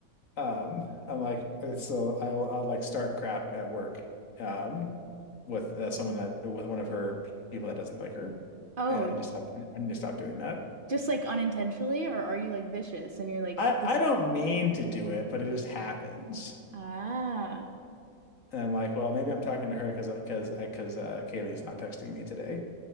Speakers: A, on the left (about 65°); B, on the right (about 45°).
A: Um, I'm like, uh, so I'll I'll like start crap at work, um, with uh, someone that with one of her pe- people that doesn't like her,
B: Oh,
A: and I need to stop. I need to stop doing that.
B: just like unintentionally, or are you like vicious and you're like
A: I
B: this?
A: I don't mean to do it, but it just happens.
B: Ah,
A: And I'm like, well, maybe I'm talking to her because because because uh, Kaylee's not texting me today.